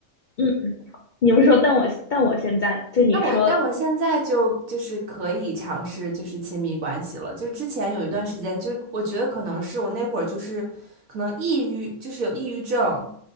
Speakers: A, on the left (about 55°); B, on the right (about 80°).
A: 嗯，你不是说但我但我现在就你说，
B: 那我但我现在就就是可以尝试就是亲密关系了，就之前有一段时间，就我觉得可能是我那会儿就是可能抑郁，就是有抑郁症，